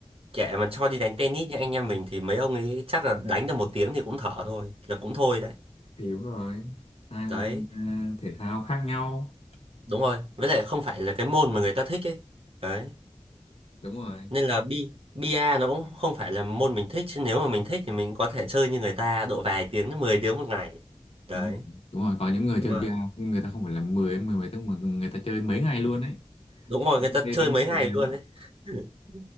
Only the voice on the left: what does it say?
thì đúng rồi hai môn
ờ, thể thao khác nhau
đúng rồi
đúng rồi đúng rồi có những người
chơi
bia người ta không phải là 10 mười mấy tiếng mà người ta chơi mấy ngày luôn ấy
Nghe
đến
mức độ
đấy